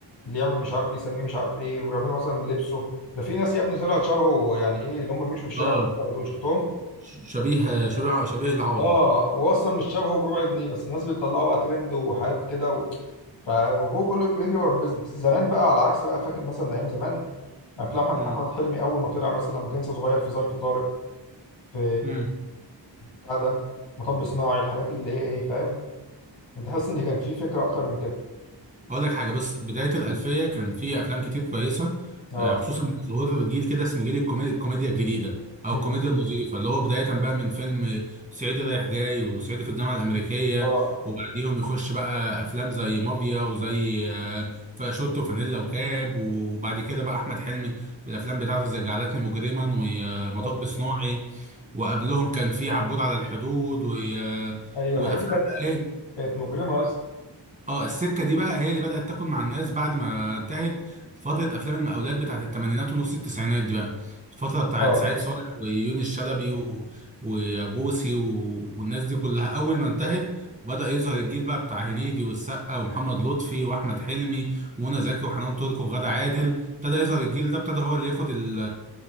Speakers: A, on the left; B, on the right.
A: اللي يعمل مش عارف ايه يسميه مش عارف ايه ويعملوا مثلا لبسه ده في ناس يا ابني طلعت شبهه يعني ايه اللي هم بيمشوا في الشارع
B: اه
A: دول شفتهم
B: ش- شبيه شبيه شبيه العوضي
A: اه هو اصلا مش شبهه بربع جنيه بس الناس بتطلعه بقى ترند وحاجات كده و... فهو كله بيجري ورا البيزنس زمان بقى على عكس بقى فاكر مثلا ايام زمان افلام احمد
B: مم.
A: أحمد حلمي اول ما طلع مثلا لما كان لسه صغير في ظرف طارق في
B: مم.
A: بتاع ده مطب صناعي الحاجات اللي هي ايه فاهم انت حاسس ان كان في فكره اكتر من كده
B: هقول لك حاجه بص بدايه الالفيه كان في افلام كتير كويسه
A: اه
B: آه، خصوصا ظهور جيل كده اسمه جيل الكومي- الكوميديا الجديده او
A: مم.
B: الكوميديا النظيفه اللي هو بدايه بقى من فيلم صعيدي رايح جاي وصعيدي في الجامعه الامريكيه
A: اه
B: وبعديهم يخش بقى افلام زي مافيا وزي آه، ف- شورت وفانيلا وكاب وبعد كده بقى احمد حلمي بالافلام بتاعته زي جعلتني مجرما ومطب
A: طب-
B: صناعي وقبلهم كان في عبود على الحدود و- آه،
A: ايوه
B: والافلام
A: الحاجات دي كانت
B: بقى ايه
A: كانت مجرمه اصلا
B: اه السكه دي بقى هي اللي بدات تاكل مع الناس بعد ما انتهت فتره افلام المقاولات بتاعت الثمانينات ونص التسعينات دي بقى الفتره بتاعت
A: اه
B: سعيد صالح ويونس شلبي و... وبوسي و... والناس دي كلها اول ما انتهت
A: بالظبط
B: بدا يظهر الجيل بقى بتاع هنيدي والسقا ومحمد لطفي واحمد حلمي ومنى زكي وحنان ترك وغادة عادل ابتدى يظهر الجيل ده ابتدى هو اللي ياخد ال...